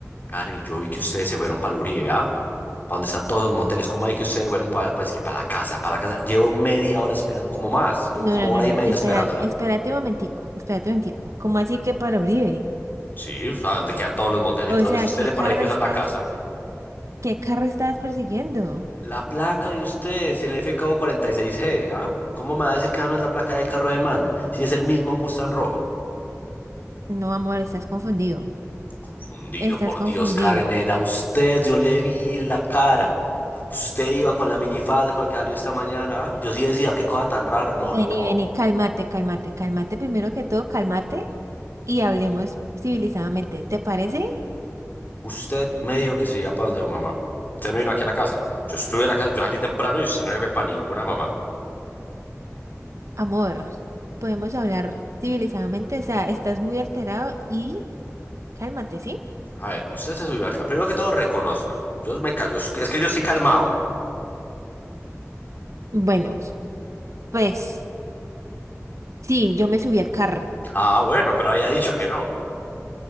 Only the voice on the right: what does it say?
No, no,
no,
no.
Espérate,
espérate un momentico, espérate un momentico. ¿Cómo así que para Uribe?
O
sea,
¿qué
carro
estás?
¿Qué carro estás persiguiendo?
No, amor, estás confundido.
Estás
confundido.
Vení,
vení, cálmate, cálmate, cálmate. Primero que todo, cálmate y hablemos civilizadamente. ¿Te parece?
Amor, podemos hablar civilizadamente. O sea, estás muy alterado y cálmate, ¿sí?
Bueno, pues sí, yo me subí al carro.